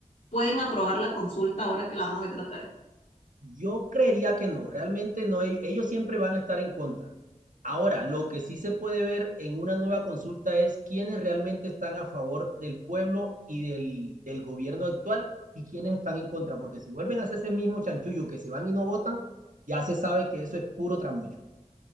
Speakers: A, on the left (about 75°); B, on the right (about 85°).
A: pueden aprobar la consulta ahora que la van a meter atrás?
B: Yo creería que no, realmente no, ell- ellos siempre van a estar en contra. Ahora, lo que sí se puede ver en una nueva consulta es quiénes realmente están a favor del pueblo y del, del gobierno actual y quiénes están en contra, porque si vuelven a hacer ese mismo chanchullo que se van y no votan, ya se sabe que eso es puro tramullo.